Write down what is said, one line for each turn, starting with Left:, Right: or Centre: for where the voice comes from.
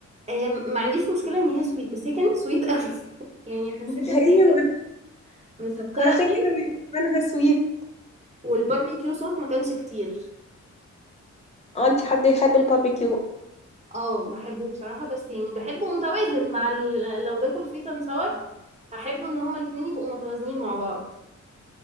Right: أه ما عنديش مشكلة ان هي سويت بس هي كانت سويت قوي <laughs> يعني حسيت ان
Left: ايوه
Right: هي كانت مسكرة
Left: عشان
Right: قوي
Left: كده بيبقى معناها سويت
Right: والباربيكيو صوص ما كانش كتير
Left: اه انت حد يحب الباربيكيو
Right: اه بحبه بصراحة بس يعني بحبه متوازن مع ال... لو باكل سويت اند ساور احب ان هما الاتنين يبقوا متوازنين مع بعض